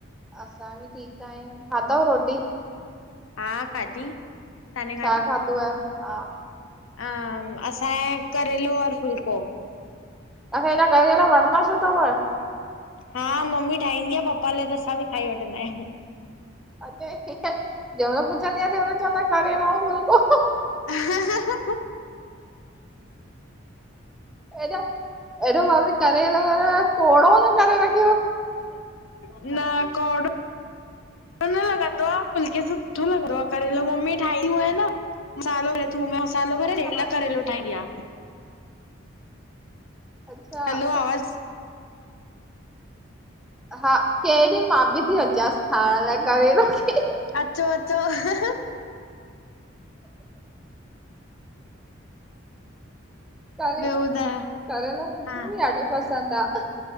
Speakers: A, in the centre; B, on the left (about 75°).
A: असां बि ठीकु आहियूं, खाधव रोटी?
B: हा खाधी तव्हां
A: छा ठाधव तहां?
B: अं असांय करेलो और फुल्को।
A: तहां, खे एॾा करेला वणंदा छो तव्ह?
B: हा मम्मी ठाहींदी आ पपा लाइ, त असां बि खाई वठंदा आहियूं।
A: अच्छा ठीकु आहे, जेमल पुछंदिआयां तेमल चवंदा आयो करेलो फुल्को
B: ह ह ह
A: हेॾे आ, ऐॾो भाभी करेलो हर-हर कोड़हो न करे व
B: न कोड़ो न न लॻंदो आ, फुल्के सां सुठो लॻंदो आ करेलो मम्मी ठाहीयो आहे न मसालो भरे थूम में मसालो
A: हा
B: भरे रेल करेलो ठाहींदी आ।
A: अच्छा
B: हैलो आवाज़
A: हा, कहि ॾिहु मां बि ती अचांसि खाइण लाइ करेलो खी
B: अचो-अचो हि ह
A: करेलो,
B: ॿियो ॿुधायो?
A: करेलो मूंखे
B: हा,
A: बि ॾाढो पसंदि आ।